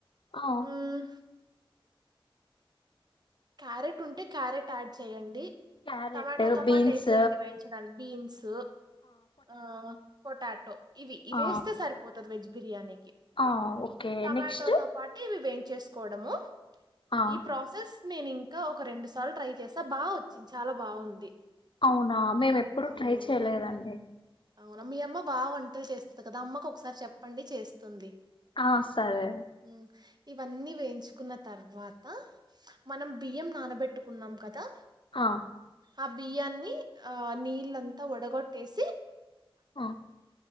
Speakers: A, on the left (about 60°); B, on the right (about 45°).
A: ఆ
B: మ్మ్, క్యారెట్ ఉంటే క్యారెట్ యాడ్ చేయండి.
A: క్యారెట్
B: టమాటోతో
A: బీన్స్
B: పాటు వేసేయండి వేయించడానికి బీన్స్ ఆ పొటాటో ఇవి ఇవేస్తే
A: ఆ
B: సరిపోతుంది వెజ్ బిర్ బిర్యానీి
A: ఆ ఓకే
B: టమాటో
A: నెక్స్ట్
B: తో పాటు ఇవి వేయించేసుకోవడము
A: ఆ
B: ఈ ప్రాసెస్ నేను ఇంకా ఒక రెండు సార్లు ట్రై చేసా బాగా వచ్చింది చాలా బాగుంది
A: అవునా మేము ఎప్పుడుూ
B: అవును
A: ట్రై చేయలేదండి
B: అవునా మీ అమ్మ బాగా వంటలు చేస్తుంది కదా అమ్మకు ఒకసారి చెప్పండి చేస్తుంది
A: ఆ సరే
B: హ్మ్. ఇవన్నీ వేయించుకున్న తర్వాత మనం బియ్యం నానబెట్టుకున్నాం కదా
A: ఆ
B: ఆ బియ్యాన్ని ఆ నీళ్ళంతా ఒడగొట్టేసి
A: ఆ